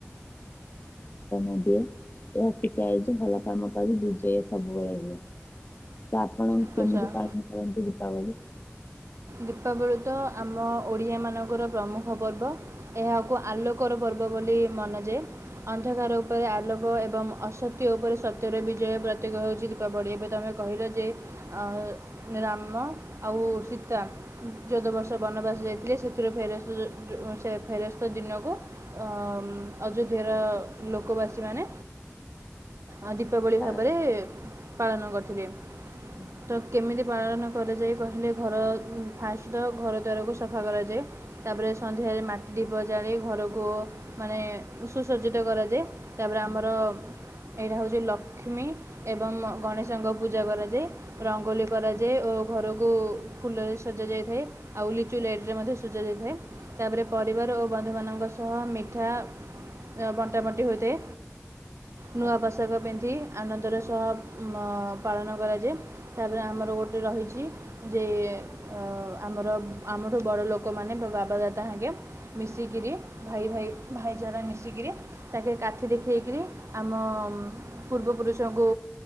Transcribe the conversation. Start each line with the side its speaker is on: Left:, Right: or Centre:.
Left: <unintelligible> ଏହା ଶିଖାାଇଛି ଭଲ କାମ କରି ବିଜୟ ସବୁବେଳେ ହୁଏ। ତ ଆପଣ କେମିତି
Right: ଆଚ୍ଛା
Left: ପାଳନ କରନ୍ତି ଦୀପାବଳି?
Right: ଦୀପାବଳି ତ ଆମ ଓଡ଼ିଆ ମାନଙ୍କର ପ୍ରମୁଖ ପର୍ବ। ଏହାକୁ ଆଲୋକର ପର୍ବ ବୋଲି ମନାଯାଏ। ଅନ୍ଧକାର ଉପରେ ଆଲୋକ ଏବଂ ଅସ୍ ସତ୍ୟ ଉପରେ ସତ୍ୟର ବିଜୟ ପ୍ରତୀକ ହେଉଛି ଦୀପାବଳି ଏବେ ତୁମେ କହିଲ ଯେ ଆଉ ରାମ ଆଉ ସୀତା ଚଉଦ ବର୍ଷ ବନବାସ ଯାଇଥିଲେ ସେ ସେଥିରୁ ଫେରସ୍ତ ସେ ଫେରସ୍ତ ଦିନକୁ ଅ ଅଯୋଧ୍ୟାର ଲୋକବାସୀ ମାନେ ଆଦି ଦୀପାବଳି
Left: ପାଳନ
Right: ଭାବରେ ପାଳନ କରିଥିଲେ।
Left: ହୁଁ,
Right: ତ କେମିତି ପାଳନ କରାଯାଏ କହିଲେ ଘର ହୁଁ ଫାଷ୍ଟ ତ ଘର ଦ୍ୱାରକୁ ସଫା କରାଯାଏ। ତାପରେ ସନ୍ଧ୍ୟାରେ ମାଟି ଦୀପ ଜାଳି ଘରକୁ ମାନେ ସୁସଜ୍ଜିତ କରାଯାଏ। ତାପରେ
Left: ହୁଁ,
Right: ଆମର ଏଇଟା ହେଉଛି ଲକ୍ଷ୍ମୀ ଏବଂ ଗଣେଶଙ୍କ ପୂଜା କରାଯାଏ। ରଙ୍ଗୋଲି କରାଯାଏ ଓ ଘରକୁ ଫୁଲରେ ସଜା ଯାଇଥାଏ ଆଉ ଲିଚୁ
Left: ଆଚ୍ଛା,
Right: ଲାଇଟରେ ମଧ୍ୟ ସଜା ଯାଇଥାଏ ତାପରେ
Left: ଆଚ୍ଛା।
Right: ପରିବାର ଓ ବନ୍ଧୁମାନଙ୍କ ସହ ମିଠା ଅ ବଣ୍ଟା ବଣ୍ଟି ହୋଇଥାଏ ନୂଆ
Left: ଆଚ୍ଛା
Right: ପୋଷାକ ବେନ୍ଧି ଆନନ୍ଦର ସହ ମ ପାଳନ କରାଯାଏ। ତାପରେ ଆମର ଗୋଟେ ରହିଛି ଯେ ଅ ଆମର ଆମଠୁ ବଡ ଲୋକମାନେ ବା ବାବା ଦାଦା ଆଜ୍ଞା ମିଶିକିରି ଭାଇ ଭାଇ ଭାଇ ଚାରା ମିଶିକିରି ତାକେ କାଠି ଦେଖେଇକରି ଆମ ପୂର୍ବପୁରୁଷଙ୍କୁ